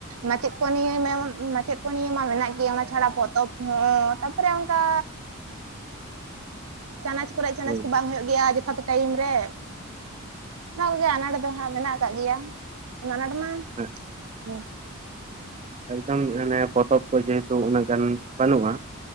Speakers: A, on the right; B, on the right.
A: ᱢᱟᱪᱮᱫ ᱠᱚ ᱱᱤᱭᱟᱹ ᱢᱮ ᱢᱟᱪᱮᱫ ᱠᱚ ᱱᱤᱭᱟ ᱢᱟ ᱢᱮᱱᱟᱜ ᱜᱮ ᱚᱱᱟ ᱪᱷᱟᱲᱟ ᱯᱚᱛᱚᱵ ᱦᱚᱸ ᱛᱟᱨᱯᱚᱨᱮ ᱚᱝᱠᱟ ᱪᱟᱱᱟᱪ ᱠᱚᱨᱮ ᱪᱟᱱᱟᱪ
B: ᱦᱳᱭ
A: ᱠᱚ ᱵᱟᱝ ᱦᱩᱭᱩᱜ ᱜᱮᱭᱟ ᱡᱚᱛᱷᱟᱛ ᱴᱟᱭᱤᱢ ᱨᱮ ᱚᱱᱟ ᱠᱚᱜᱮ ᱟᱱᱟᱴ ᱫᱚ ᱦᱟᱸᱜ ᱢᱮᱱᱟᱜ ᱠᱟᱜ ᱜᱮᱭᱟ᱾ ᱚᱱᱟ ᱟᱱᱟᱴ ᱢᱟ
B: ᱦᱮᱸ
A: ᱦᱚᱸ
B: ᱮᱠᱫᱚᱢ ᱢᱟᱱᱮ ᱯᱚᱛᱚᱵ ᱠᱚ ᱡᱮᱦᱮᱛᱩ ᱩᱱᱟᱹᱜ ᱜᱟᱱ ᱵᱟᱹᱱᱩᱜᱼᱟ᱾